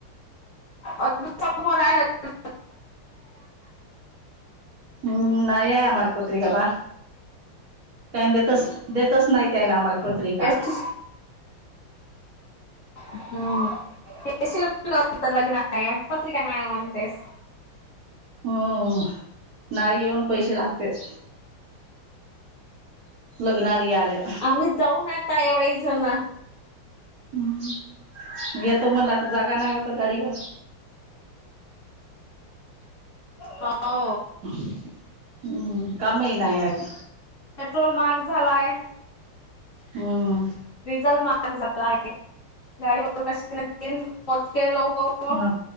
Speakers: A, on the left; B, on the right.
A: अ लक्ष <inaudible> <unintelligible>
B: हम् नाहीय आहे आम्हाला पत्रिका बा. का देतच देतच नाही का आम्हाला पत्रिका.
A: का हम्म येशील म्हणलं होत लग्नाला, पत्रिका नाहीय म्हणतेस.
B: हम नाही येऊन पैसे लागतेच. लग्नाला याले.
A: आम्ही जाऊन आता येऊन जन.
B: हम्म, येतो मला आता तर जागा नाही होत गाडीवर.
A: हा.
B: हम्म, कामही नाही आहेत.
A: पेट्रोल महाग झालाय.
B: हम.
A: डीझल महाग झाला आहे गाडी वर कशी मोजके लोक हो
B: ह